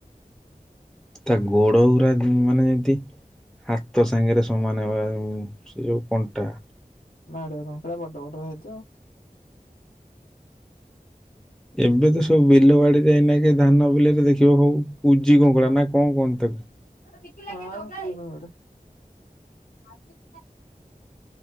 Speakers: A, in the centre; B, on the left.
A: ତା ଗୋଡ଼ ଗୁଡ଼ା ମାନେ ଯେମିତି ହା ତୋ ସାଙ୍ଗରେ ସମାନ ହେବା ଉଁ ସେ ଯୋଉ କଣ୍ଟା।
B: ମାଢୁଆ କଙ୍କଡା ବଡ ବଡ ହେଇଥିବ।
A: ଏବେ ତ ସବୁ ବିଲବାଡିରେ ଏଇନାକେ ଧାନ ବିଲରେ ଦେଖିବ ହଉ କୁଜି କଙ୍କଡା। ନା କଣ କହନ୍ତି ତାକୁ?
B: <unintelligible> <unintelligible>